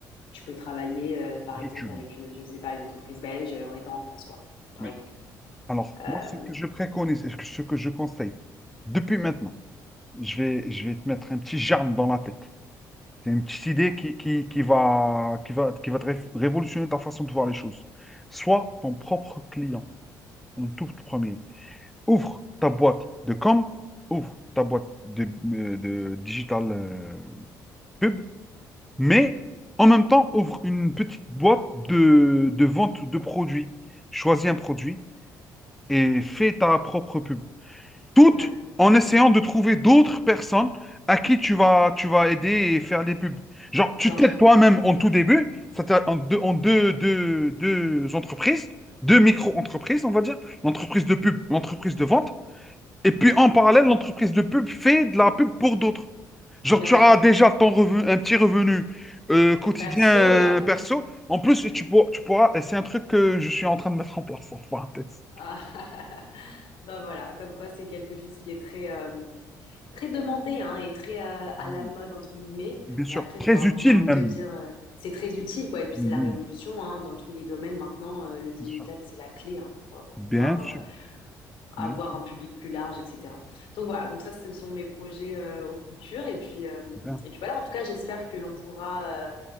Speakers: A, on the left (about 65°); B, in the centre.
A: tu peux travailler, euh, par
B: D'où
A: exemple,
B: tu veux.
A: avec une, je sais pas, une entreprise belge euh, en étant en France, quoi, par
B: Oui.
A: exemple.
B: Alors,
A: Euh,
B: moi, ce que je préconise et ce que ce que je conseille, depuis maintenant, je vais, je vais te mettre un petit germe dans la tête. C'est une petite idée qui, qui, qui va, qui va, qui va te ré- révolutionner ta façon de voir les choses. Sois ton propre client en tout premier. Ouvre ta boîte de com, ouvre ta boîte de, euh, de digital euh, pub, mais en même temps, ouvre une petite boîte de, de vente de produits. Choisis un produit et fais ta propre pub. toutes
A: ouais,
B: en essayant de trouver d'autres personnes à qui tu vas, tu vas aider et faire des pubs. Genre,
A: bien
B: tu t'aides
A: sûr,
B: toi-même en tout début, ça t'a- en deux, en deux, deux- deux entreprises, deux micro-entreprises, on va dire, l'entreprise de pub, l'entreprise de vente, et puis en parallèle, l'entreprise de pub fait de la pub pour d'autres. Genre,
A: bien
B: tu
A: sûr.
B: auras déjà ton revenu, un petit revenu euh, quotidien
A: Perso
B: euh,
A: et en plus.
B: perso. En plus, et tu pourras, tu pourras, et c'est un truc que je suis en train de mettre en place, en parenthèse.
A: Ah, <laughs> ben voilà, comme quoi c'est quelque chose qui est très, euh, très demandé hein, et très euh, à
B: Mm.
A: la mode, entre guillemets.
B: Bien sûr,
A: Mais après,
B: très
A: j'ai envie,
B: utile
A: j'ai envie de
B: même.
A: te dire, euh, c'est très utile, quoi. Et puis
B: Mhm.
A: c'est la révolution hein, dans tous les domaines maintenant. euh, le digital,
B: Bien sûr.
A: c'est la clé hein, pour, pour
B: Bien
A: pouvoir euh,
B: sûr.
A: avoir
B: Bien sûr.
A: un public plus large, etc. Donc voilà, donc ça, ce sont mes projets euh, au futur. Et puis, euh,
B: Bien.
A: et puis voilà, en tout cas, j'espère que l'on pourra euh,